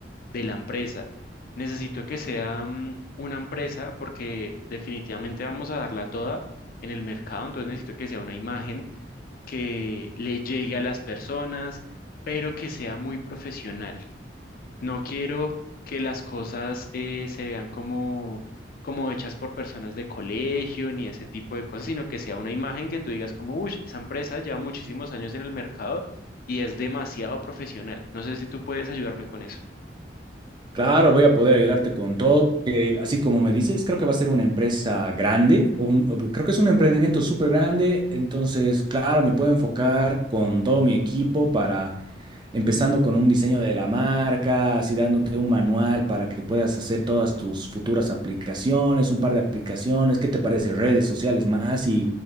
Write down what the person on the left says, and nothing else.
de la empresa. Necesito que sea mm, una empresa porque definitivamente vamos a darla toda en el mercado, entonces necesito que sea una imagen que le llegue a las personas, pero que sea muy profesional. No quiero que las cosas eh, se vean como, como hechas por personas de colegio ni ese tipo de cosas, sino que sea una imagen que tú digas como, uy, esa empresa lleva muchísimos años en el mercado y es demasiado profesional. No sé si tú puedes ayudarme con eso.